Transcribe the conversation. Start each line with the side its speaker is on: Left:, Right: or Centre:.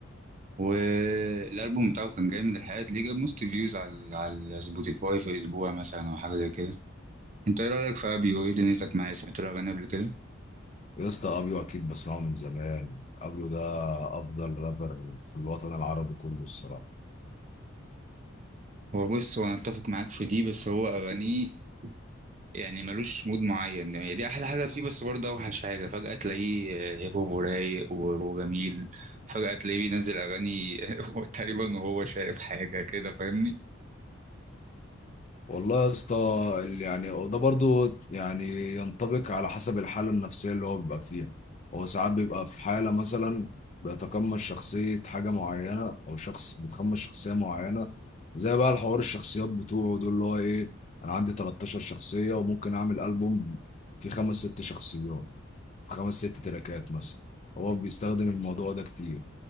Right: والالبوم بتاعه كان جامد الحقيقه ليه جاب موست فيوز على على سبوتيفاي في اسبوع مثلا او حاجه زي كده انت ايه رايك في ابيو ايه دنيتك معاه سمعت له اغاني قبل كده
Left: يا اسطى ابيو اكيد بسمعه من زمان ابيو ده افضل رابر في الوطن العربي كله الصراحه
Right: هو بص هو انا اتفق معاك في دي بس هو اغانيه يعني ملوش مود معين يعني دي احلى حاجه فيه بس برضه اوحش حاجه فجاه تلاقيه هيب هوب ورايق و- وجميل فجاه تلاقيه بينزل اغاني <laughs> تقريبا وهو شايف حاجه كده فاهمني
Left: والله يا اسطى ال- يعني وده برضو يعني ينطبق على حسب الحاله النفسيه اللي هو بيبقى فيها هو ساعات بيبقى في حاله مثلا بيتقمص شخصيه حاجه معينه او شخص بيتقمص شخصيه معينه زي بقى الحوار الشخصيات بتوعه دول اللي هو ايه انا عندي 13 شخصيه وممكن اعمل البوم فيه خمس ست شخصيات في خمس ست تراكات مثلا هو بيستخدم الموضوع ده كتير